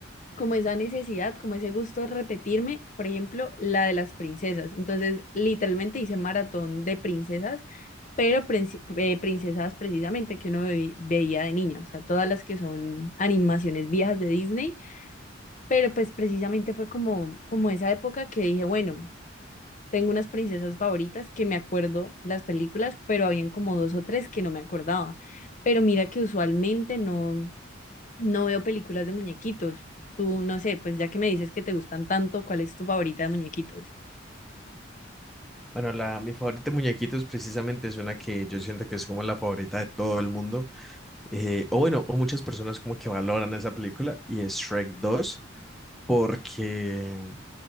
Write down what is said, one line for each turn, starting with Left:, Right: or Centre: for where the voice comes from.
Left: como esa necesidad, como ese gusto de repetirme, por ejemplo, la de las princesas. Entonces, literalmente hice maratón de princesas, pero princ- eh, princesas precisamente que uno ve- veía de niña, o sea, todas las que son animaciones viejas de Disney, pero pues precisamente fue como, como esa época que dije, bueno. Tengo unas princesas favoritas que me acuerdo las películas, pero habían como dos o tres que no me acordaba. Pero mira que usualmente no, no veo películas de muñequitos. Tú, no sé, pues ya que me dices que te gustan tanto, ¿cuál es tu favorita de muñequitos?
Centre: Bueno, la, mi favorita de muñequitos precisamente es una que yo siento que es como la favorita de todo el mundo. eh, o bueno, o muchas personas como que valoran esa película y es Shrek 2 porque,